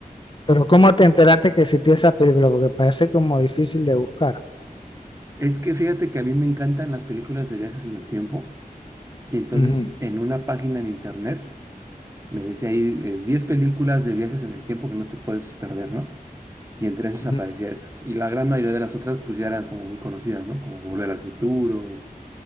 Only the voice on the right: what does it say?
Es que fíjate que a mí me encantan las películas de viajes en el tiempo y entonces
en una página en internet me decía ahí eh, 10 películas de viajes en el tiempo que no te puedes perder, ¿no? y entre esas
aparecía esa. Y la gran mayoría de las otras pues ya eran como muy conocidas, ¿no? Como Volver al Futuro,